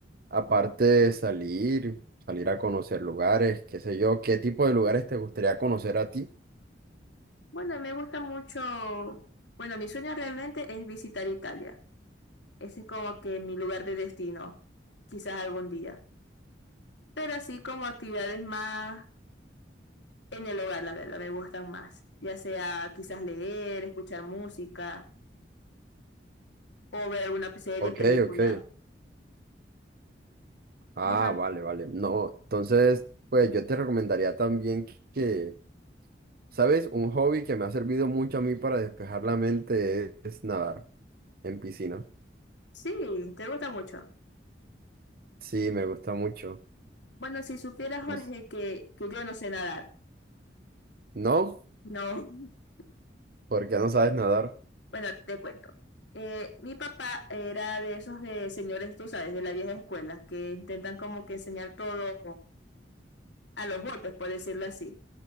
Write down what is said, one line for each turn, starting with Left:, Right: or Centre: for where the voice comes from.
Right: aparte de salir, salir a conocer lugares, qué sé yo, ¿qué tipo de lugares te gustaría conocer a ti?
Left: Bueno, me gusta mucho, bueno, mi sueño realmente es visitar Italia. Ese es como que mi lugar de destino, quizás algún día. Pero así como actividades más en el hogar, la verdad, me gustan más. Ya sea quizás leer, escuchar música o ver alguna serie,
Right: Ok,
Left: película.
Right: ok. Ah,
Left: Esas son...
Right: vale, vale. No, entonces, pues yo te recomendaría también que, ¿sabes? Un hobby que me ha servido mucho a mí para despejar la mente es, nadar en piscina.
Left: Sí, te gusta mucho.
Right: Sí, me gusta mucho.
Left: Bueno, si supieras, Jorge,
Right: No, s-
Left: que, que yo no sé nadar.
Right: ¿no?
Left: No. <laughs>
Right: ¿Por qué no sabes nadar?
Left: Bueno, te cuento. Eh, mi papá era de esos eh, señores, tú sabes, de la vieja escuela, que intentan como que enseñar todo a los golpes, por decirlo así.